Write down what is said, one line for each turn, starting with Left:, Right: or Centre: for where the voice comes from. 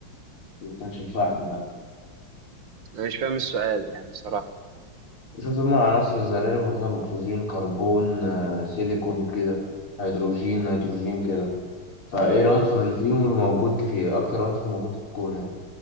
Left: ما كانش الفحم لا
Right: أنا مش فاهم السؤال يعني صراحة
Left: شوف هما العناصر الذرية المفروض اكسجين كربون آه، سيليكون كده هيدروجين نيتروجين كده فايه العنصر اللي فيهم اللي موجود في اكتر عنصر موجود في الكون يعني